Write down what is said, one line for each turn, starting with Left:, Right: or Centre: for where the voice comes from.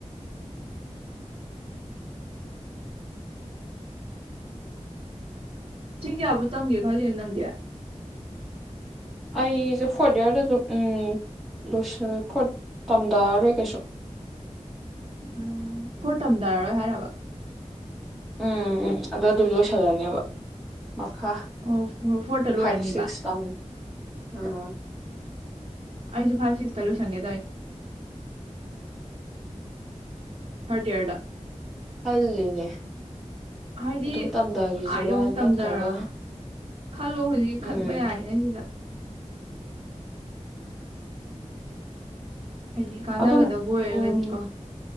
Right: ꯆꯍꯤ ꯀꯌꯥꯕꯨ ꯇꯝꯒꯦ ꯈꯜꯂꯤ ꯅꯪꯗꯤ
Centre: ꯑꯩꯁꯦ ꯐꯣꯔꯠ ꯏꯌꯥꯔꯗ ꯑꯗꯨꯝ ꯎꯝ ꯂꯣꯏꯁꯜ ꯐꯣꯔꯠ ꯇꯝꯗꯥꯔꯣꯏ ꯀꯩꯁꯨ
Right: ꯎꯝ ꯐꯣꯔ ꯇꯝꯗꯔꯔꯣꯏ ꯍꯥꯏꯔꯕ
Centre: ꯎꯝ ꯎꯝ ꯑꯗ ꯑꯗꯨꯝ ꯂꯣꯏꯁꯤꯜꯂꯅꯦꯕ ꯃꯈꯥ
Right: ꯑꯣ ꯐꯣꯔꯠꯇ ꯂꯣꯏꯔꯅꯤꯕ
Centre: ꯐꯥꯏꯚ ꯁꯤꯛꯁ ꯇꯝ <unintelligible>
Right: ꯑꯩꯁꯨ ꯐꯥꯏꯚ ꯁꯤꯛꯁꯇ ꯂꯣꯏꯁꯟꯒꯦꯗꯏꯅꯦ ꯊ꯭ꯔꯠ ꯏꯌ꯭ꯔ
Centre: ꯈꯜꯂꯤꯅꯦ
Right: ꯍꯥꯏꯗꯤ
Centre: ꯑꯗꯨꯝ ꯇꯝꯊꯈꯤꯁꯤꯔꯥ
Right: ꯑꯥ ꯌꯧꯅ
Centre: ꯅꯠꯇ꯭ꯔꯒ
Right: ꯇꯝꯊꯔꯒ ꯈꯜꯂꯣ ꯍꯧꯖꯤꯛ
Centre: ꯎꯝ
Right: ꯈꯟꯕ ꯌꯥꯔꯤꯉꯩꯁꯤꯗ ꯍꯥꯏꯗꯤ ꯀꯥꯟꯅꯒꯗꯕ
Centre: ꯑ ꯑꯗꯨ
Right: ꯑꯣꯏꯔꯒꯗꯤꯀꯣ
Centre: ꯎꯝ